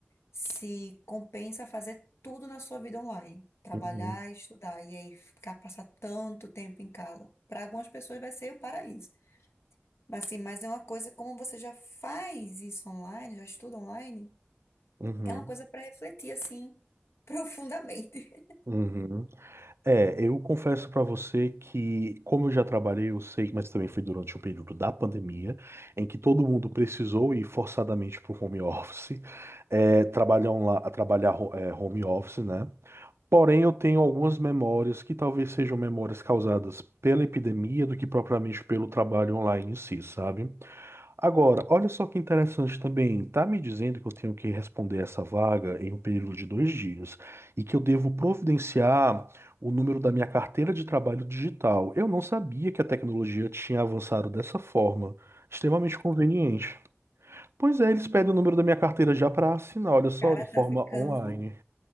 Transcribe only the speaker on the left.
se compensa fazer tudo na sua vida online, trabalhar,
estudar, e aí ficar passar tanto tempo em casa. Para algumas pessoas vai ser o paraíso. Assim, mas é uma coisa, como você já faz isso online, já estuda online,
é uma coisa para refletir, assim, <laughs> profundamente.
Cara,
tá
ficando,